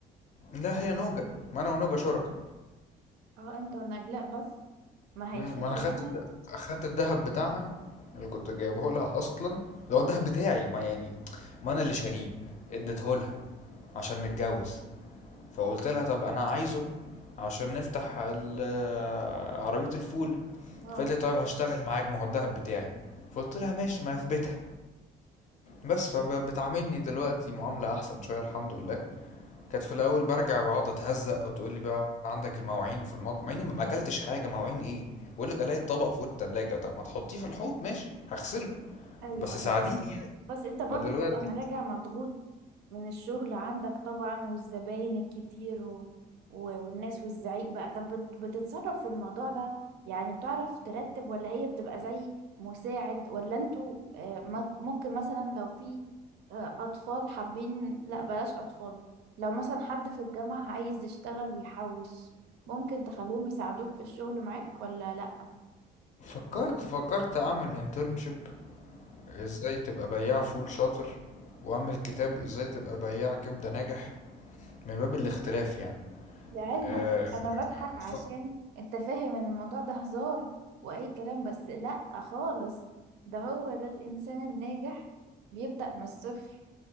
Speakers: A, on the left; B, on the right.
A: لا هي نوجا ما أنا ونوجا شركاء
B: اه انت ونجلاء بس ما
A: مم،
B: هي الفكرة
A: ما انا خدت
B: بقى
A: الد... خدت الذهب بتاعها اللي كنت جايبه لها اصلا اللي هو الذهب بتاعي ما يعني ما انا اللي شاريه اديته لها عشان نتجوز فقلت لها طب انا عايزه عشان نفتح ال- عربية الفول
B: اه
A: فقالت لي طيب هشتغل معاك ما هو الذهب بتاعي فقلت لها ماشي ما في بيتها بس فبتعاملني دلوقتي معاملة احسن شوية الحمد لله كانت في الاول برجع بقعد اتهزق وتقول لي بقى عندك المواعين في المطبخ مع اني ما اكلتش حاجه مواعين ايه بقول لك الاقي الطبق فوق التلاجة طب ما تحطيه في الحوض ماشي هغسله
B: ايوه
A: بس ساعديني
B: ايوه
A: يعني
B: بس انت برضو
A: فدلوقتي
B: بتبقى راجع مضغوط من الشغل عندك طبعا والزباين الكتير و... و... والناس والزعيق بقى طب بت- بتتصرف في الموضوع ده يعني بتعرف ترتب ولا هي بتبقى زي مساعد ولا انتوا آه، مك- ممكن مثلا لو في آه، أطفال حابين لا بلاش أطفال لو مثلا حد في الجامعة عايز يشتغل ويحوش ممكن تخليهم يساعدوك في الشغل معاك ولا لا
A: فكرت فكرت اعمل انترنشيب ازاي تبقى بياع فول شاطر واعمل كتاب ازاي تبقى بياع كبده ناجح من باب الاختلاف يعني
B: لعلمك
A: أه
B: انا بضحك عشان
A: ف-
B: انت فاهم ان الموضوع ده هزار واي كلام بس لا خالص ده هو ده الانسان الناجح بيبدأ من الصفر